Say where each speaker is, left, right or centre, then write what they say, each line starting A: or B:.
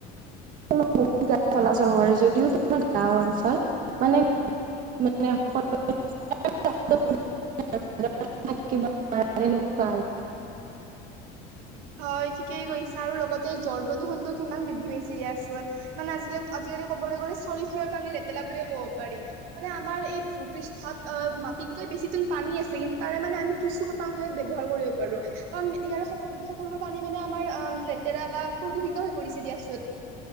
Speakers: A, on the right; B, on the right.
A: <unintelligible> বহুত গাড়ী চলাচল কৰে যদিও তে গাওঁ অঞ্চল মানে <unintelligible> য'ত থাকিব নোৱাৰা তেনেকুৱা আৰু
B: হয় ঠিকেই কৈছা আৰু লগতে জল প্ৰদূষণটো কিমান বৃদ্ধি পাইছে দিয়াচোন। মানে আজিলৈ আজিকালি ক'বলৈ গ'লে চালিফালৰ পানী লেতেলা বুলিয়ে ক'ব পাৰি। মানে আমাৰ এই ভূপৃষ্ঠত অ মাটিতকৈ বেছি তুন পানী আছে কিন্তু তাৰে মানে আমি কিছু। শতাং ব্যৱহাৰ কৰিব পাৰো কাৰণ ইয়াৰ সকলো সক লো বোৰ পানী মানে আমাৰ লেতেৰা বা প্ৰদূষিত হৈ পৰিছে দিয়াচোন।